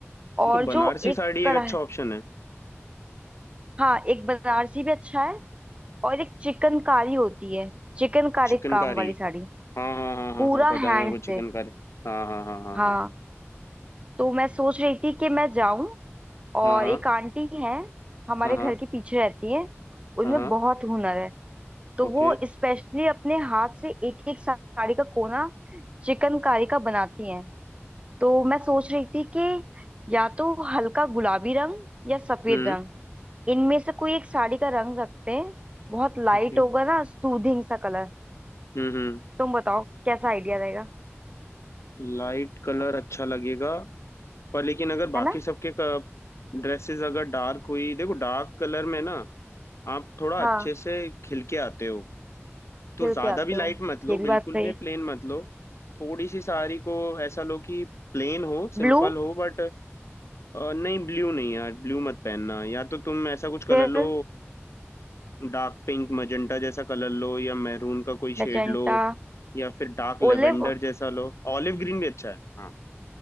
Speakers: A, on the left; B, on the right.
A: ये
B: और
A: तो बनारसी
B: जो एक
A: साड़ी एक
B: कढ़ाई
A: अच्छा ऑप्शन है
B: हाँ एक बनारसी भी अच्छा है और एक चिकनकारी होती है चिकनकारी
A: चिकनकारी
B: काम वाली साड़ी
A: हाँ हाँ हाँ हाँ
B: पूरा
A: हाँ पता
B: हैंड
A: है मेरे को
B: से
A: चिकनकारी हाँ हाँ हाँ हाँ
B: हाँ
A: हाँ
B: तो मैं सोच रही थी कि मैं जाऊं और
A: हाँ हाँ
B: एक आंटी है हमारे
A: हाँ
B: घर के पीछे रहती है उनमें
A: हाँ हाँ
B: बहुत हुनर है तो
A: ओके
B: वो स्पेशली अपने हाथ से एक एक साड़ी का कोना चिकनकारी का बनाती हैं तो मैं सोच रही थी कि या तो हल्का गुलाबी रंग या सफेद
A: हम्म
B: रंग इनमें से कोई एक साड़ी का रंग रखते हैं बहुत लाइट
A: ओके
B: होगा ना सूदिंग सा कलर
A: हम्म हम्म
B: तुम बताओ कैसा आइडिया रहेगा
A: लाइट कलर अच्छा लगेगा पर लेकिन अगर बाकी
B: है ना
A: सबके ड्रेसेस अगर डार्क हुई देखो डार्क कलर में ना आप थोड़ा
B: हाँ
A: अच्छे से खिल के आते हो तो
B: हिल
A: ज्यादा
B: के आते
A: भी लाइट
B: हो
A: मत लो
B: ये भी
A: बिल्कुल
B: बात सही
A: भी
B: है
A: प्लेन मत लो थोड़ी सी साड़ी को ऐसा लो कि प्लेन हो सिंपल
B: ब्लू
A: हो बट नहीं ब्लू नहीं यार ब्लू मत पहनना या तो तुम ऐसा कुछ कलर
B: फिर
A: लो डार्क पिंक मजेंटा जैसा कलर लो या मैरून का कोई
B: मैजेंटा
A: शेड लो या फिर डार्क लेवेंडर
B: ओलिव
A: जैसा लो ऑलिव ग्रीन भी अच्छा है हाँ